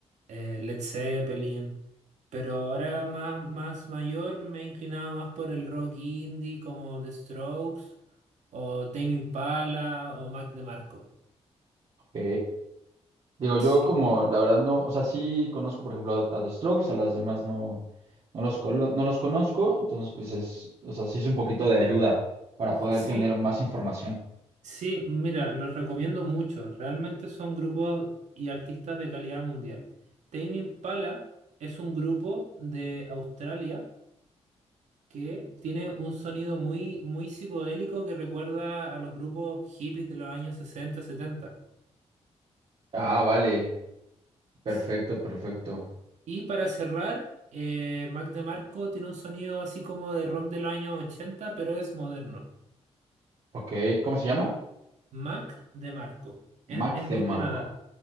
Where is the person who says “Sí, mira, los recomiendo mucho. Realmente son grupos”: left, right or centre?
Right